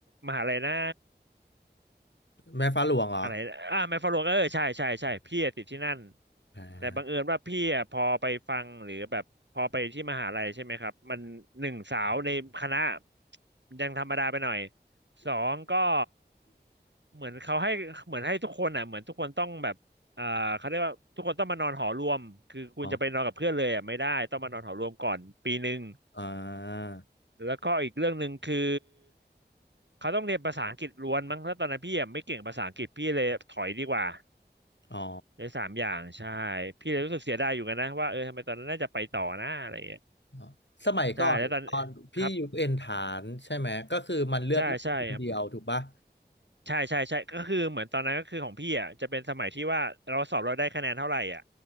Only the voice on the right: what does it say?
มหาลัยนะ
อะไรอ่าแมฟฟาโลก็เออใช่ใช่ใช่พี่อะติดที่นั่น
แต่บังเอิญว่าพี่อะพอไปฟังหรือแบบพอไปที่มหาลัยใช่ไหมครับมันหนึ่งสาวในคณะยังธรรมดาไปหน่อยสองก็เหมือนเขาให้เหมือนให้ทุกคนอ่ะเหมือนทุกคนต้องแบบอ่าเขาเรียกว่าทุกคนต้องมานอนหอรวมคือคุณจะไปนอนกับเพื่อนเลยอ่ะไม่ได้ต้องมานอนหอรวมก่อนปีหนึ่ง
แล้วก็อีกเรื่องหนึ่งคือเขาต้องเรียนภาษาอังกฤษล้วนมั้งแล้วตอนนั้นพี่อะไม่เก่งภาษาอังกฤษพี่เลยถอยดีกว่า
ในสามอย่างใช่พี่เลยรู้สึกเสียดายอยู่กันนะว่าเออทำไมตอนนั้นน่าจะไปต่อนะอะไรอย่างเงี้ย
ใช่แล้วตอนครับใช่ใช่ครับใช่ใช่ใช่ก็คือเหมือนตอนนั้นก็คือของพี่อ่ะจะเป็นสมัยที่ว่าเราสอบเราได้คะแนนเท่าไหร่อ่ะ